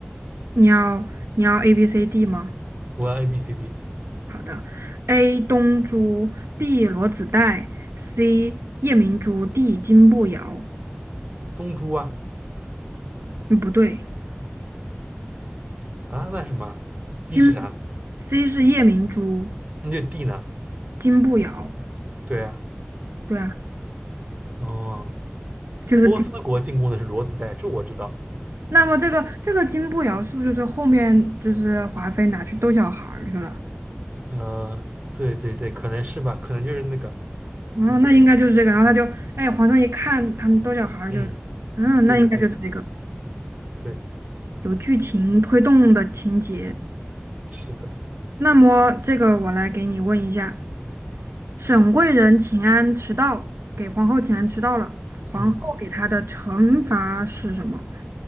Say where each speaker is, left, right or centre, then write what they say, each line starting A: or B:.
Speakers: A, on the right; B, on the right.
A: 你要你要 A B C D 吗？
B: 我要 A B C D。
A: 好的，A 东珠，B 罗子带，C 夜明珠，D 金步摇。
B: 东珠啊
A: 嗯，不对，
B: 啊，那是什么啊 c
A: 金
B: 是啥？
A: C 是夜明珠。
B: 那就 D 呢？
A: 金步摇，
B: 对啊，
A: 对啊，
B: 哦，
A: 就是金
B: 波斯国进攻的是裸子带，这我知道。
A: 那么这个这个金步摇是不是就是后面就是华妃拿去逗小孩儿去了？
B: 呃，对对对，可能是吧，可能就是那个，
A: 然后那应该就是这个。
B: 嗯
A: 然后他就，哎，皇上一看他们逗小孩儿就，
B: 嗯，
A: 嗯，
B: 对对
A: 那应该就是这个
B: 对，
A: 有剧情推动的情节。
B: 是的，
A: 那么这个我来给你问一下，沈贵人请安迟到，给皇后请安迟到了，皇后给她的惩罚是什么？
B: 嗯，